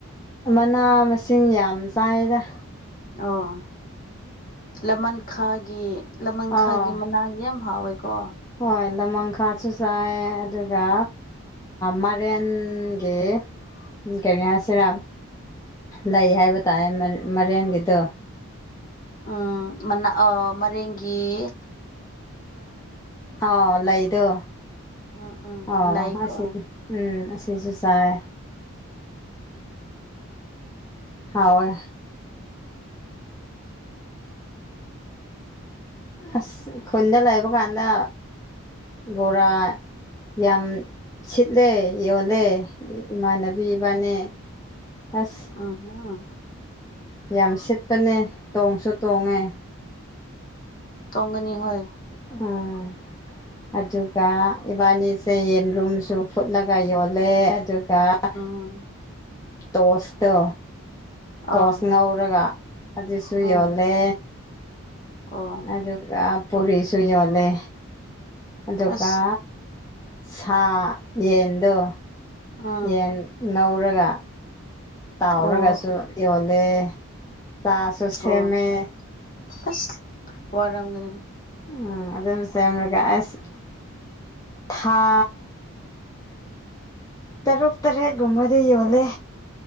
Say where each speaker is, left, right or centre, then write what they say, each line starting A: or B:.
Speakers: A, on the left (about 15°); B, on the left (about 40°).
A: ꯃꯅꯥ ꯃꯁꯤꯡ ꯌꯥꯝ ꯆꯥꯏꯗ
B: ꯑꯣ ꯂꯃꯟꯈꯥꯒꯤ ꯂꯃꯟꯈꯥꯏꯒꯤ
A: ꯑꯥ
B: ꯃꯅꯥ ꯌꯥꯝ ꯍꯥꯎꯋꯦꯀꯣ
A: ꯍꯣꯏ ꯗꯃꯪꯈꯥꯁꯨ ꯆꯥꯏ ꯑꯗꯨꯒ ꯃꯦꯟꯒꯤ ꯀꯔꯤꯌꯥꯁꯔꯥ ꯂꯩ ꯍꯥꯏꯕ ꯇꯥꯏꯦ ꯃꯔꯦꯟꯒꯤꯗꯣ
B: ꯎꯅꯥ ꯃꯦꯡꯒꯤ
A: ꯑꯥꯎ ꯂꯩꯗꯣ
B: ꯎꯝ ꯎꯝ
A: ꯑꯥꯎ
B: ꯂꯩꯀꯣ
A: ꯑꯁꯤꯅꯤ ꯎꯝ ꯑꯁꯤꯁꯨ ꯆꯥꯏ ꯍꯥꯎꯋ ꯑꯁ ꯈꯨꯟꯗ ꯂꯩꯕ ꯀꯥꯟꯗ ꯕꯣꯔꯥ ꯌꯥꯝ ꯁꯤꯠꯂꯦ ꯌꯣꯜꯂꯦ ꯏꯃꯥꯟꯅꯕꯤ ꯏꯕꯥꯅꯦ ꯑꯁ
B: ꯑꯍ
A: ꯌꯥꯝ ꯁꯤꯠꯄꯅꯦ ꯇꯣꯡꯁꯨ ꯇꯣꯡꯉꯦ
B: ꯇꯣꯡꯒꯅꯤ ꯍꯣꯏ
A: ꯎꯝ ꯑꯗꯨꯒ ꯏꯕꯥꯅꯤꯁꯦ ꯌꯦꯟꯔꯨꯝꯁꯨ ꯐꯨꯠꯂꯒ ꯌꯣꯜꯂꯦ ꯑꯗꯨꯒ ꯀ
B: ꯎꯝ
A: ꯇꯣꯁꯇ ꯇꯣꯁ
B: ꯑꯥ
A: ꯉꯧꯔꯒ ꯑꯗꯨꯁꯨ
B: ꯎꯝ
A: ꯌꯣꯜꯂꯦ
B: ꯑꯣ
A: ꯑꯗꯨꯒ ꯄꯨꯔꯤꯁꯨ ꯌꯣꯜꯂꯦ ꯑꯗꯨꯒ
B: ꯑꯁ
A: ꯁꯥ ꯌꯦꯟꯗꯣ
B: ꯎꯝ
A: ꯌꯦꯟ ꯉꯧꯔꯒ ꯇꯥꯎꯔꯒꯁꯨ
B: ꯑꯣ
A: ꯌꯣꯜꯂꯦ ꯆꯥꯁꯨ ꯁꯦꯝꯃꯦ
B: ꯑꯣ ꯑꯁ ꯋꯥꯔꯝꯒꯅꯤ
A: ꯎꯝ ꯑꯗꯨꯝ ꯁꯦꯝꯂꯒ ꯑꯁ ꯊꯥ ꯇꯔꯨꯛ ꯇꯔꯦꯠꯀꯨꯝꯕꯗ ꯌꯣꯜꯂꯦ